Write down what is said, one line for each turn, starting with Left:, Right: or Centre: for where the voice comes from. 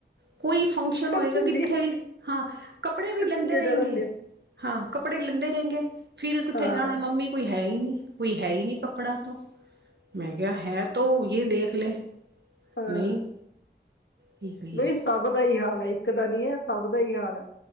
Right: ਕੋਈ ਫੰਕਸ਼ਨ
Left: ਖਰਚੀਲੀ
Right: ਹੋਏਗਾ ਕਿੱਥੇ ਵੀ ਹਾਂ ਕੱਪੜੇ ਵੀ
Left: ਖਰਚੀਲੀਆਂ
Right: ਲੈਂਦੇ ਰੈਂਣਗੇ।
Left: ਜ਼ਿਆਦਾ ਹੁੰਦੀਆਂ
Right: ਹਾਂ ਕੱਪੜੇ
Left: ਨੇ।
Right: ਲੈਂਦੇ ਰੈਂਗੇ ਫਿਰ ਕਿੱਥੇ
Left: ਹਾਂ
Right: ਜਾਣਾ ਮੰਮੀ ਕੋਈ ਹੈ ਹੀ ਨਈ। ਕੋਈ ਹੈ ਹੀ ਨਈ ਕੱਪੜਾ ਤੋਂ ਮੈਂ ਕਿਆ ਹੈ ਤੋ ਯ ਦੇਖ ਲੈ
Left: ਹਾਂ
Right: ਨਹੀਂ ਕੀ ਕਹੀਏ
Left: ਬਈ ਸਬ ਦਾ ਏਈ ਹਾਲ ਐ ਇੱਕ ਦਾ ਨੀ ਐ ਸਭ ਦਾ ਏਈ ਹਾਲ ਐ